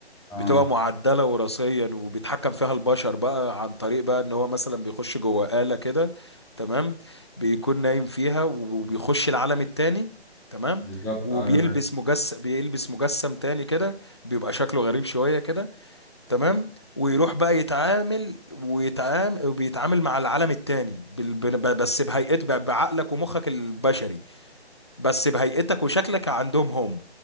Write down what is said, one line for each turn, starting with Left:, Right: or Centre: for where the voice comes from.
Centre: اه
Left: بتبقى معدلة وراثيا وبيتحكم فيها البشر بقى عن طريق بقى ان هو مثلا بيخش جوه آلة كده تمام بيكون نايم فيها وبيخش العالم التاني تمام
Centre: بالظبط
Left: وبيلبس
Centre: اه انا فاهم
Left: مجسم بيلبس مجسم تاني كده بيبقى شكله غريب شوية كده تمام ويروح بقى يتعامل ويتعامل وبيتعامل مع العالم التاني بال- ب- بس بهيئته ب- بعقلك ومخك البشري بس بهيئتك وشكلك عندهم هم